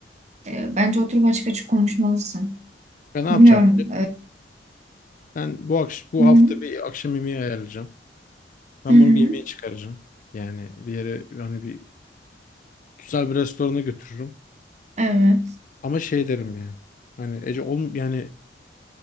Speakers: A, on the right; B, on the left.
A: E, bence oturup açık açık konuşmalısın.
B: Ya ne yapacağım?
A: Bilmiyorum.
B: Ben bu akş bu
A: Hı hı.
B: hafta bir akşam yemeği ayarlayacağım. Ben
A: Hı hı.
B: bunu bir yemeğe çıkaracağım. Yani bir yere yani bir güzel bir restorana götürürüm.
A: Evet.
B: Ama şey derim yani. Hani Ece olm yani